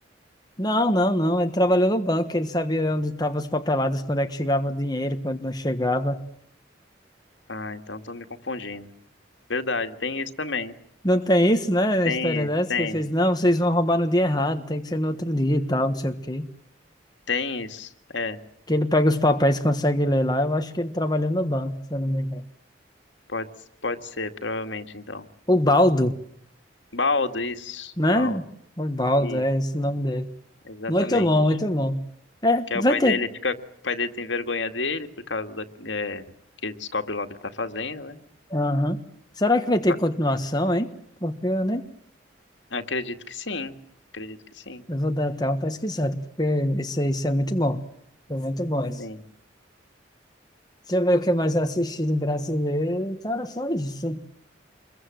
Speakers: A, on the left; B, on the left.
A: Não, não, não. Ele trabalhou no banco, ele sabia onde estavam as papeladas, quando é que chegava o dinheiro, quando não chegava.
B: Ah, então tô me confundindo. Verdade, tem isso também.
A: Não tem isso, né? A
B: Tem,
A: história dessa
B: isso, tem,
A: que ele fez, não, vocês vão roubar no dia errado, tem que ser no outro dia e tal, não sei o quê.
B: tem isso. É,
A: Que ele pega os papéis e consegue ler lá. Eu acho que ele trabalhou no banco, se eu não me engano.
B: pode, pode ser, provavelmente, então.
A: O Baldo.
B: Baldo, isso.
A: né?
B: Baldo,
A: Osvaldo,
B: isso,
A: é esse o nome dele.
B: exatamente.
A: Muito bom, muito bom. É,
B: Que aí
A: vai
B: o pai
A: ter.
B: dele fica... O pai dele tem vergonha dele por causa da... é, que ele descobre lá o que ele tá fazendo, né?
A: Aham. Será que vai
B: Va-
A: ter continuação, hein? Porque eu nem.
B: Acredito que sim. Acredito que sim.
A: Eu vou dar até uma pesquisada, porque esse esse é muito bom. Foi muito bom esse.
B: Sim.
A: Deixa eu ver o que mais eu assisti do brasileiro. Cara, só isso.